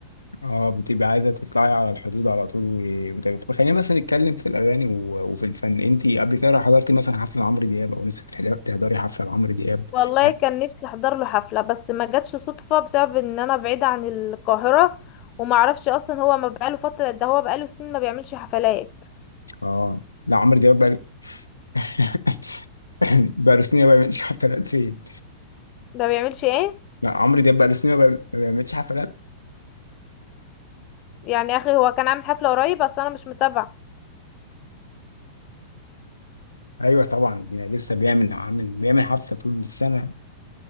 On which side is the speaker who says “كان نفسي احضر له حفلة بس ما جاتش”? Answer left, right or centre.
Left